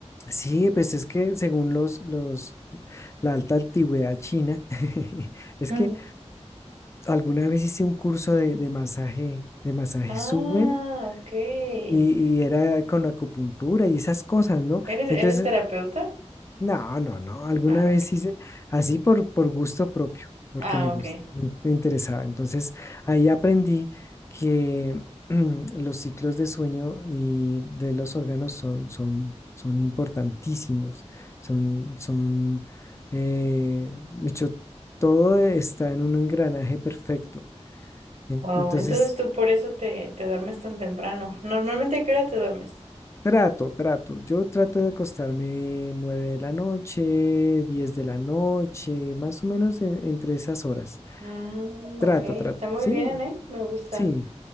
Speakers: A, on the left (about 25°); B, on the right (about 80°).
A: Sí, pues es que según los, los, la alta antigüedad china, <laughs> es
B: <laughs>
A: que alguna vez hice un curso de, de masaje, de masaje
B: Ah,
A: suwen
B: ok. ¿Eres,
A: y, y era con acupuntura y esas cosas, ¿no?
B: eres
A: Entonces
B: terapeuta?
A: no, no, no. Alguna
B: Ah,
A: vez
B: ok.
A: hice así por, por gusto propio, porque
B: Ah,
A: me
B: ok.
A: gust- me interesaba. Entonces, ahí aprendí que <clears throat> mm, los ciclos de sueño y de los órganos son, son, son importantísimos. Son, son, eh, de hecho, todo está en un engranaje perfecto. En-
B: Wow,
A: Entonces,
B: entonces tú por eso te, te duermes tan temprano. ¿Normalmente a qué hora te duermes?
A: Trato, trato. Yo trato de acostarme 9 de la noche, 10 de la noche, más o menos en- entre esas horas.
B: Mm,
A: Trato,
B: ok,
A: trato.
B: está muy
A: Sí,
B: bien, ¿eh? Me gusta.
A: sí,